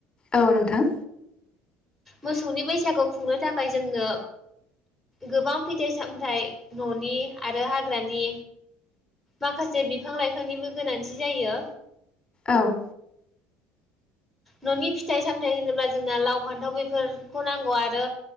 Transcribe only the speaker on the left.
औ नोंथां।
औ।